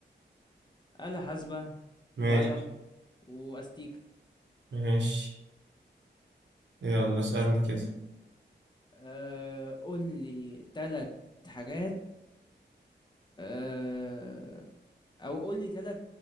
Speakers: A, on the left (about 25°); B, on the right (about 70°).
A: آلة حاسبة
B: ماشي
A: وقلم وأستيكة
B: ماشي يلا اسألني كده
A: أه... قول لي تلات حاجات أه... او قول لي ثلاث